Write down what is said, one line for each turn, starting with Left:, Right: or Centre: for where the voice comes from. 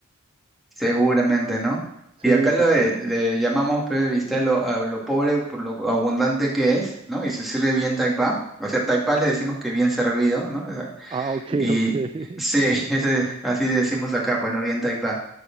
Centre: seguramente, ¿no?
Right: Sí,
Centre: Y acá lo
Right: yo
Centre: de-
Right: creo.
Centre: le llamamos, pues, viste, a lo, a lo pobre por lo abundante que es, ¿no? Y se sirve bien taipá. O sea, taipá le decimos que bien servido, ¿no? O sea,
Right: Ah, ok,
Centre: Y
Right: ok. <laughs>
Centre: sí, <laughs> ese, así decimos acá, pues no bien taipá.